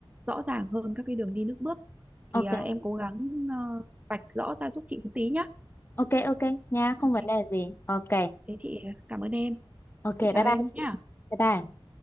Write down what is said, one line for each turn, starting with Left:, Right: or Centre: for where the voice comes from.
Right: rõ ràng hơn các cái đường đi nước bước
Left: Ok,
Right: thì à, em cố gắng ờ, vạch rõ ra giúp chị một tí nhá
Left: ok, ok nha,
Right: Ok,
Left: không vấn đề gì. Ok,
Right: thế chị à, cảm ơn em
Left: ok, bye
Right: chị chào
Left: bye
Right: em
Left: chị.
Right: nhá
Left: Bye bye.